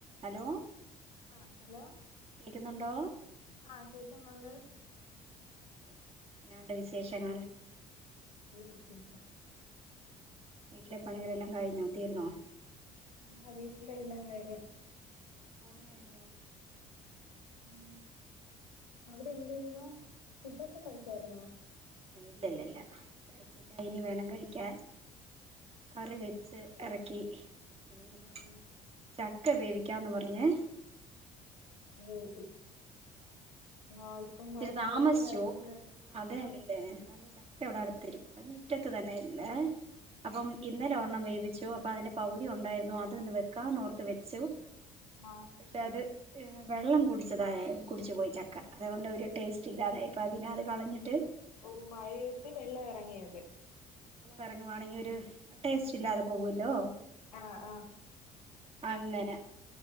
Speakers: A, on the right (about 30°); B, on the left (about 80°).
A: Hello
B: ആ hello
A: കേക്കുന്നുണ്ടോ
B: ആ കേക്കുന്നുണ്ട്
A: എന്നാ ണ്ട് വിശേഷങ്ങൾ
B: നല്ല വിശേഷം
A: വീട്ടിലെ പണികളെല്ലാം കഴിഞ്ഞോ തീർന്നോ
B: ആ വീട്ടിലെ എല്ലാം കഴിഞ്ഞ്
A: ഊണ് കഴിഞ്ഞോ
B: ആ അവിടെ എന്ത് ചെയ്യുന്നോ ഫുഡൊക്കെ കഴി ച്ചാരുന്നോ
A: ഇല്ല ല്ലല്ല കഴിച്ചില്ല ഇനി വേണം കഴിക്കാൻ കറി വെച്ച് ഇറക്കി ഇനി
B: ആഹ് ആഹ്
A: ച ഒക്കെ വേവിക്കാന്ന് പറഞ്ഞേ
B: ബോ ഇപ്പ് ആ ഇപ്പം
A: ഇച്ചിരി
B: മഴക്കാലത്തിന്റെ
A: താമസിച്ചു
B: ആയിരുന്നോണ്ട് തന്നെ
A: അതെ <unintelligible> എന്നാലും ചക്ക ഇവിടാടത്തരും അത് ഒറ്റക്ക്‌ തന്നെ എല്ലാ അപ്പം ഇന്നലൊരണ്ണം വേവിച്ചു <unintelligible> അപ്പൊ അതിന്റെ പകുതി ഉണ്ടായിരുന്നു അതൊന്ന് വെക്കാന്ന് ഓർത്ത് വെച്ചു
B: ആഹ്
A: പക്ഷെ അത് വെള്ളം കുടിച്ചതായൽ കുടിച്ച് പോയി ചക്ക അതുകൊണ്ട് ഒരു ടേസ്റ്റ് ഇല്ലാതെ ആയിപ്പോയി പിന്നെ അത് കളഞ്ഞി ട്ട്
B: ഓ മഴയത്ത് വെള്ളം എറങ്ങിയ <unintelligible>
A: എറങ്ങുവാണെങ്കിൽ ഒരു ടേസ്റ്റ് ഇല്ലാതെ പോകുവല്ലോ
B: ആഹ് ആഹ്
A: അങ്ങന